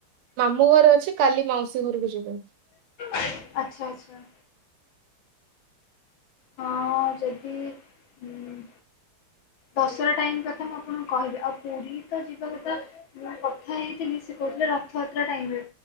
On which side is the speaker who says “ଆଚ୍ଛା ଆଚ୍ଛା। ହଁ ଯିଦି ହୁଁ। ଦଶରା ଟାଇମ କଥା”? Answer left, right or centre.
Left